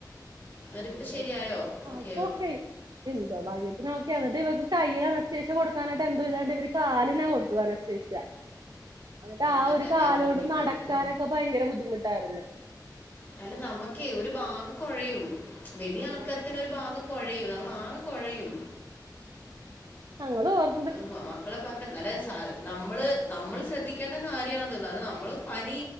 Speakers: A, on the left; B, on the right.
A: എന്നിട്ടിപ്പോൾ
B: ആ
A: ശരിയായോ
B: ആഹ്
A: ഓക്കെയോ
B: ഇപ്പൊ ഒകെ ആയി. എന്തോ ഭാഗ്യത്തി ഓക്ക, എന്നിട്ട് ഇവർക്ക് കയ്യിൽ അനസ്തേഷ കൊടുക്കാനായിട്ട് എന്തോ ഇതാണ്ട് ഇവ കാലിനാ കൊടുത്തത് അനസ്തേഷ. എന്നിട്ട് ആ
A: പറ്റാഞ്ഞാരമ്പ്
B: ഒരു കാലോണ്ട്
A: കിട്ടിയിട്ടുണ്ടാവില്ല
B: നടക്കാനൊക്കെ ഭയങ്കര ബുദ്ധിമുട്ടായിരുന്നു.
A: അല്ല നമ്മക്കേ ഒരു ഭാഗം കുഴയും വലിയ
B: ആഹ്
A: ആൾക്കാർക്ക് തന്നെ ഒരു ഭാഗം കുഴയും നമ്മള ആകെ കുഴയും.
B: ഞങ്ങള് വർ
A: അത് മക്കളെ ന്നാലും അത് നമ്മള് നമ്മൾ ശ്രദ്ധിക്കേണ്ട കാര്യണത്, നമ്മള് പനി